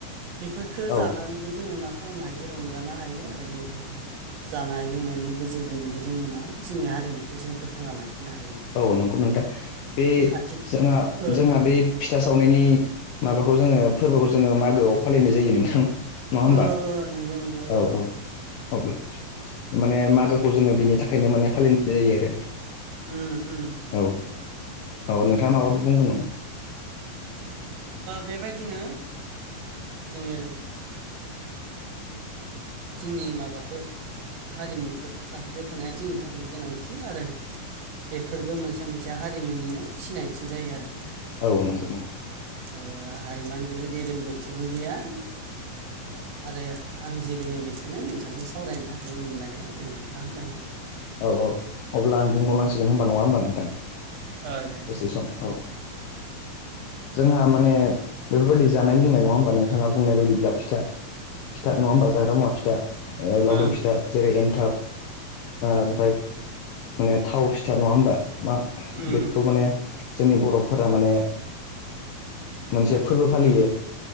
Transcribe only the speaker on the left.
औ
औ नंगौ नोंथां बे
जोंहा
जोंहा बे फिथा सावनायनि माबाखौ जोङो फोरबोखौ जोङो मागोआव फालिनाय जायो नोंथां नङा होमबा
औ
औ अब्ला माने मागोखौ जोङो बिनि थाखायनो माने फालिनाय जायो आरो
औ औ नोंथाङा माबाफोर बुंदोंमोन
औ नंगौ नंगौ
औ औ अब्ला आं बुंबावनांसिगोन होनबा नङा होमबा नोंथां
दसे औ जोंहा माने बेफोरबायदि जानाय लोंनाय नङा होमबा नोंथाङा बुंनाय बायदिब्ला फिथा फिथा नङा होमबा जाग्रा मुवा फिथा लावदुम
फिथा जेरै एनथाब ओमफ्राय माने थाव फिथा नङा होमबा मा
बेखौ माने जोंनि बर'फोरा माने मोनसे फोरबो फालियो